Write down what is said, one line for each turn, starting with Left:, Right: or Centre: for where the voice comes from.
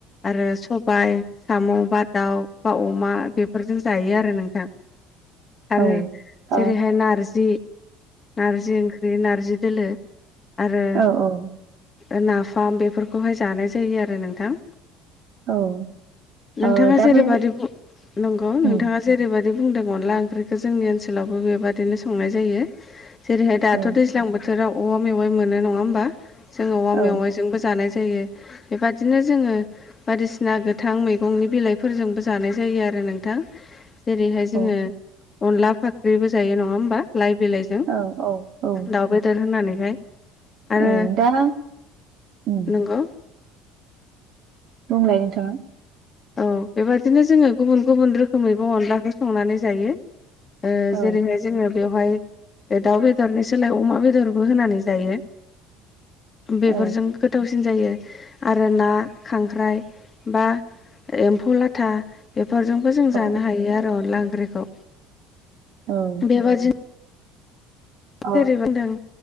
Left: आरो सबाय साम' बा दाउ बा अमा बेफोरजों जायो आरो नोंथां। आरो
Right: औ ओ औ
Left: जेरैहाय नारजि, नारजि ओंख्रि नारजि दोलो आरो
Right: औ
Left: ओ नाफाम बेफोरखौहाय जानाय जायो आरो नोंथां।
Right: औ।
Left: नोंथाङा
Right: ओ दा
Left: जेरैबायदि
Right: बे
Left: बुं नंगौ नोंथाङा
Right: उम
Left: जेरैबायदि बुंदों अनला ओंख्रिखौ जोंनि ओनसोलावबो बेबादिनो संनाय जायो। <inaudible> जेरैहाय दाथ'
Right: उम
Left: दैज्लां बोथोराव औवा मेवाइ मोनो नङा होमबा? जोङो औवा
Right: औ
Left: मेवाइजोंबो जानाय जा जायो। बेबादिनो जोङो बायदिसिना गोथां मैगंनि बिलाइफोरजोंबो जानाय जायो आरो नोंथां। जेरैहाय जोङो
Right: औ
Left: अनला फाख्रिबो जायो नङा होमबा लाइ बिलाइजों?
Right: औ औ औ।
Left: दाउ बेदर होनानैहाय। आरो
Right: औ दाना ओम।
Left: नंगौ
Right: बुंलाय नोंथाङा।
Left: औ बेबादिनो जोङो गुबुन गुबुन रोखोमैबो अनलाखौ संनानै जायो। ओ
Right: औ
Left: जेरैहाय जोङो बेवहाय दाउ बेदरनि सोलाय अमा बेदरबो होनानै जायो। बेफोरजों
Right: औ
Left: गोथावसिन जायो आरो ना, खांख्राइ बा एम्फौ लाथा बेफोरजोंबो जों
Right: औ
Left: जानो हायो आरो अनला ओंख्रिखौ।
Right: औ।
Left: बेबदिनो
Right: अ
Left: जेरै बुंदों